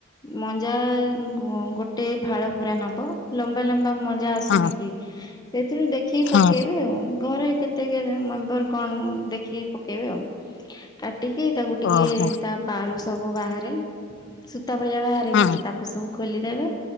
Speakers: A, on the left (about 20°); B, on the left (about 60°).
A: ମଞ୍ଜା ଗୋ ଗୋଟେ ଫାଳ ପୁରା ନବ ଲମ୍ବା ଲମ୍ବା ମଞ୍ଜା ଆସୁନି
B: ହଁ
A: କି। ସେଇଥିରୁ ଦେଖିକି
B: ହଁ
A: ପକେଇବେ
B: ହଁ
A: ଆଉ ଘରେ କେ କେତେ କେଜାଣି ମେମ୍ବର କଣ ଦେଖିକି ପକେଇବେ ଆଉ କାଟିକି ତାକୁ ଟିକେ
B: ଓହୋ।
A: ତାପ ପାରୁ ସବୁ ବାହାରେ ସୂତା ଭଳିଆ ବାହାରେନି
B: ହଁ
A: କି ତାକୁ ତାକୁ ସବୁ ଖୋଲିଦେବେ